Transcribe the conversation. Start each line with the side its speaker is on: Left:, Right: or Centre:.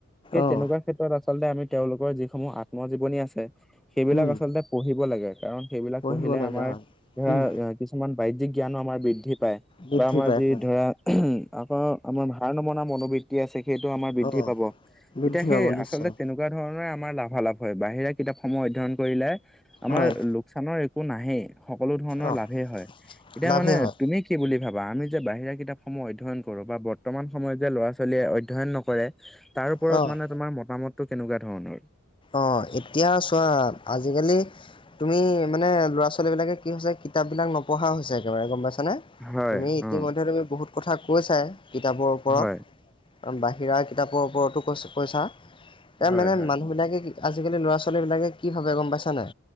Centre: সেই
Left: অঁ
Centre: তেনেকুৱা ক্ষেত্ৰত আচলতে আমি তেওঁলোকৰ যিসমূহ আত্মজীৱনী আছে- সেইবিলাক
Left: উম
Centre: আচলতে পঢ়িব লাগে কাৰণ সেইবিলাক
Left: পঢ়িব
Centre: পঢ়িলে
Left: লগা
Centre: আমাৰ
Left: হয়
Centre: ধৰা-
Left: উম
Centre: কিছুমান বাহ্যিক জ্ঞানো আমাৰ বৃদ্ধি পায়
Left: বৃদ্ধি
Centre: বা আমাৰ
Left: পায়
Centre: যি
Left: হয়
Centre: ধৰা- আকৌ আমাৰ ভাল নমনা মনোবৃত্তি আছে সেই- বৃদ্ধি
Left: অঁ
Centre: পাব,
Left: বৃদ্ধি
Centre: এতিয়া সেই
Left: পাব নিশ্চয়
Centre: আচলতে কেনেকুৱা- তেনেকুৱা ধৰণৰে আমাৰ লাভালাভ হয় বাহিৰে কিতাপসমূহ অধ্যয়ন কৰিলে আমাৰ-
Left: হয়
Centre: লোক চানৰ একো নাহেই সকলো ধৰণৰ
Left: অঁ
Centre: লাভেই হয় এতিয়া
Left: লাভেই
Centre: মানে
Left: হয়
Centre: তুমি কি বুলি ভাবা আমি যে বাহিৰা কিতাপসমূহ অধ্যয়ন কৰো বা বৰ্তমান সময়ত যে ল'ৰা ছোৱালীয়ে অধ্যয়ন নকৰে তাৰ ওপৰত
Left: অ'।
Centre: মানে তোমাৰ মতামতটো কেনেকুৱা ধৰণৰ।
Left: অ', এতিয়া চোৱা আজিকালি তুমি মানে ল'ৰা ছোৱালীবিলাকে কি হৈছে কিতাপবিলাক নপঢ়া হৈছে একেবাৰে গ'ম পাইছানে।
Centre: হয়
Left: তুমি ইতিমধ্যে
Centre: অ'
Left: তুমি বহুত কথা কৈছা কিতাপৰ ওপৰত
Centre: হয়
Left: বাহিৰা কিতাপৰ ওপৰতো কৈছ পইছা এ
Centre: হয়
Left: মানে
Centre: হয়
Left: মানুহ বিলাকে আজিকালি ল'ৰা ছোৱালী বিলাকে কি ভাবে গম পাইছা নাই